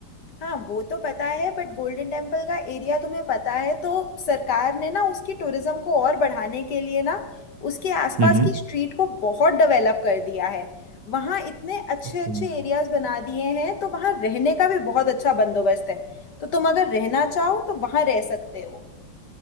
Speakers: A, on the left (about 55°); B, on the right (about 60°).
A: हाँ वो तो पता है बट गोल्डन टेम्पल का एरिया तुम्हें पता है तो सरकार ने ना उसकी टूरिज्म को और बढ़ाने के लिए ना उसके आसपास
B: हम्म हम्म।
A: की स्ट्रीट को बहुत डेवलप कर दिया है वहाँ इतने अच्छे
B: ओके
A: अच्छे एरियाज बना दिए हैं तो वहाँ रहने का भी बहुत अच्छा बंदोबस्त है तो तुम अगर रहना चाहो तो वहाँ रह सकते हो